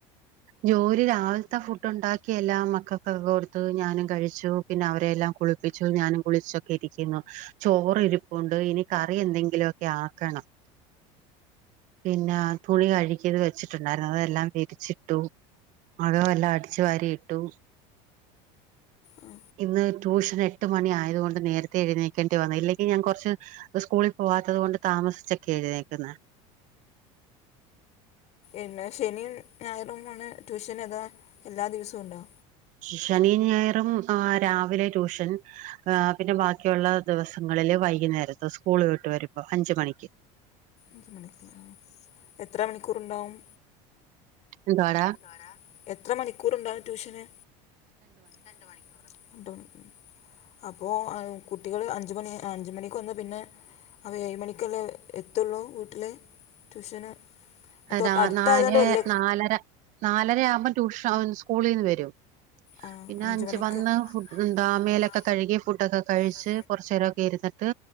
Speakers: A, on the right; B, on the left.
A: ജോലി രാവില്ത്തെ ഫുഡൊണ്ടാക്കി എല്ലാം മക്കക്കൊക്കെ കൊട് ത്ത് ഞാനും കഴിച്ചു. പിന്നെ അവരെ എല്ലാം കുളിപ്പിച്ചു ഞാനും കുളിച്ചൊക്കെ ഇരിക്കുന്നു. ചോറ് ഇരി പ്പുണ്ട് ഇനി കറി എന്തെങ്കിലൊക്കെ ആക്കണം. പിന്നെ തുണി കഴുകിയത് വെച്ചിട്ടുണ്ടായിരുന്നു. അതെല്ലാം വിരിച്ചിട്ടു. അകം എല്ലാം അടിച്ചു വാരി ഇട്ടു.
B: ആ
A: ഇന്ന് ട്യൂഷന് എട്ട് മണി ആയത്കൊണ്ട് നേരത്തെ എഴുന്നേക്കേണ്ടി വന്നു. ഇല്ലെങ്കി ഞാൻ കൊർച്ച് സ്കൂളിൽ പോവാത്തത്കൊണ്ട് താമസിച്ചൊക്കെ എഴുന്നേക്കുന്നെ.
B: എല്ലാ ശനിയും, ഞായറും ആണ് ട്യൂഷന് അതാ എല്ലാ ദിവസവും ഉണ്ടൊ?
A: ശനിയും, ഞായറും ആഹ് രാവിലെ ട്യൂഷൻ ആ പിന്നെ ബാക്കിയുള്ള ദിവസങ്ങളില് വൈകുന്നേരത്ത്. സ്കൂൾ വിട്ട് വരുമ്പൊ അഞ്ച് മണിക്ക്.
B: ആഹ് എത്ര മണിക്കൂറ്ണ്ടാവും?
A: എന്തുവാടാ
B: ആരാ. എത്ര മണിക്കൂറ്ണ്ടാവും ട്യൂഷന്. രണ്ട് മണിക്കൂ... രണ്ട് മണി. അപ്പൊ അഹ് കുട്ടികള് അഞ്ച് മണി ആഹ് അഞ്ച് മണിക്ക് വന്ന് പിന്നെ അപ്പൊ ഏഴ് മണിക്കല്ലെ എത്തൊള്ളു വീട്ടില്. ട്യൂഷന്
A: ഏഹ്
B: തൊട്ട്
A: രാ
B: അടുത്തായതുകൊണ്ട്
A: നാലേ
B: വലിയ
A: നാലര, നാലരയാവ്‌മ്പൊ ട്യൂഷ സ്കൂളീന്ന് വരും.
B: ആ
A: പിന്നെ അഞ്ച്
B: മണിക്ക്
A: വന്ന് ഫു ന്താ മേലൊക്കെ
B: എന്താ
A: കഴുകി, ഫുഡൊക്കെ കഴിച്ച്
B: ഒക്കെ
A: കൊർച്ചേരൊക്കെ ഇര്ന്ന്ട്ട്